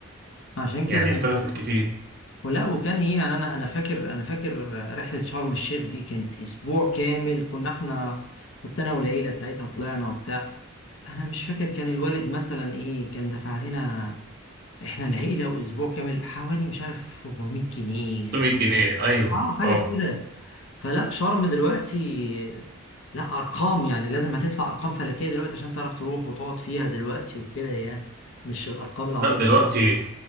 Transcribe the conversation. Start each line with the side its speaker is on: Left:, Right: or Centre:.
Left: عشان كده
Right: يعني
Left: انا
Right: اختلفت كتير
Left: ولا وكان ايه يعني انا انا فاكر انا فاكر رحله شرم الشيخ دي كانت اسبوع كامل كنا احنا كنت انا والعيله ساعتها طلعنا وبتاع انا مش فاكر كان الوالد مثلا ايه كان دفع لنا احنا العيله واسبوع كامل حوالي مش عارف 400 جنيه
Right: 600 جنيه أيوه
Left: اه حاجه
Right: أه
Left: كده فلا شرم دلوقتي لا ارقام يعني لازم هتدفع ارقام فلكيه دلوقتي عشان تعرف تروح وتقعد فيها دلوقتي وكده يعني مش الارقام العبيطه
Right: لا دلوقتي